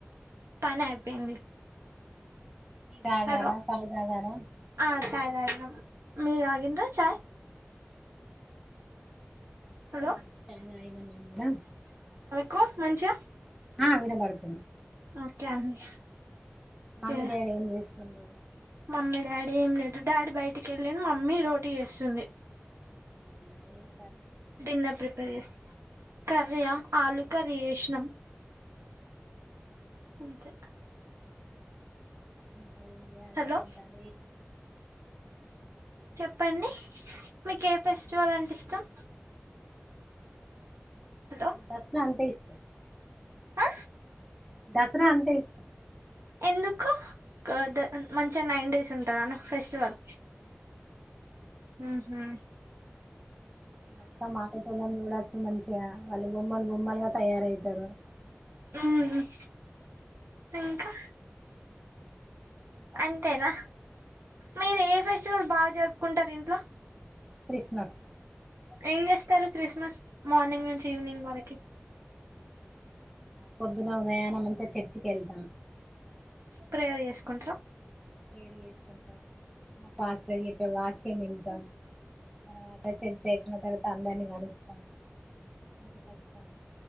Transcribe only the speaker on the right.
పని అయిపోయింది.
హలో
ఆ ఛాయ్ తాగినం మీరు తాగిండ్రా ఛాయ్. హలో
కో మంచియా
ఓకే అండి ఓకే
మమ్మీ డాడీ ఏం లేదు డాడీ బయటిక్ ఎళ్ళిండు మమ్మీ రోటీ చేస్తుంది.
డిన్నర్ ప్రిపేర్ చేస్త్ <inaudible> కర్రీ ఆ ఆలుకర్రీ శేషిణం. ఉంతే
హలో
చెప్పండి మీకు ఏ ఫెస్టివల్ అంటే ఇష్టం.
హలో
ఆ
ఎందుకు కా ద మంచిగా నైన్ డేస్ ఉంటదన్నా ఫెస్టివల్. హ్మ్ హ్మ్
అమ్మ్ ఇంకా
అంతేనా మీరు ఏ ఫెస్టివల్ బాగా జరుపుకుంటారు ఇంట్లో
ఏం చేస్తారు క్రిస్మస్ మార్నింగ్ నుంచి ఇవినింగ్ వరికి
ప్రేయర్ చేసుకుంటార